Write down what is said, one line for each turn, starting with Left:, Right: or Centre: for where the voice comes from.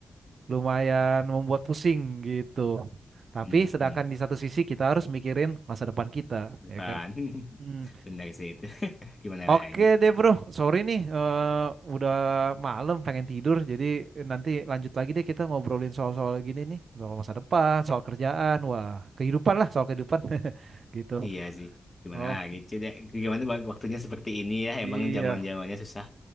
Right: lumayan membuat pusing gitu. Tapi
Left: Mm-mm.
Right: sedangkan di satu sisi kita harus mikirin masa depan kita,
Left: Depan.
Right: ya kan?
Left: <laughs>
Right: Hmm.
Left: Benar sih itu. <laughs> Gimana
Right: Oke
Left: lagi?
Right: deh bro, sorry nih eh, udah malam pengen tidur. Jadi nanti lanjut lagi deh kita ngobrolin soal-soal gini nih, soal masa depan, soal kerjaan, wah kehidupan lah soal kehidupan <laughs> gitu.
Left: Iya sih. Gimana
Right: Oh
Left: lagi? Coba gimana wak- waktunya seperti ini ya.
Right: iya,
Left: Emang zaman-zamannya susah.